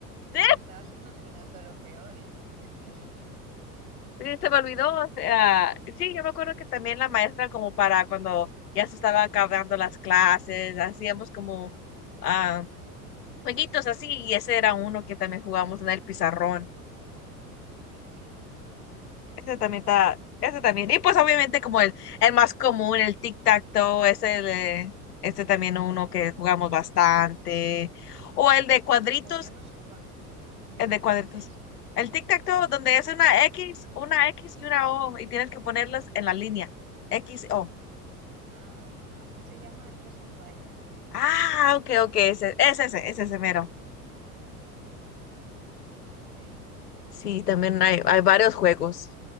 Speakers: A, on the left; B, on the right.
A: Sí,
B: Te estabas imaginando lo peor, ¿eh? <laughs>
A: Sí, se me olvidó, o sea, sí, yo me acuerdo que también la maestra como para cuando ya se estaba acabando las clases, hacíamos como ah, jueguitos así y ese era uno que también
B: Sí,
A: jugamos en el pizarrón.
B: sí, sí, sí,
A: Ese
B: tal
A: también
B: cual.
A: está, ese también. Y pues obviamente como el, el más común, el tic-tac-toe, ese, el, eh, este también uno que jugamos bastante. O el de cuadritos,
B: Ah, pues yo no sé cuál, yo
A: el
B: no
A: de
B: sé
A: cuadritos.
B: cuál es.
A: El tic-tac-toe
B: Tic,
A: donde
B: tic,
A: es una
B: tac.
A: X, una X y una O y tienes que ponerlas en la línea. X, O.
B: Ah, aquí se llama Tres en Raya.
A: Ah, ok, ok, ese, ese, ese, ese, ese mero.
B: Sí,
A: Sí, también hay, hay varios juegos.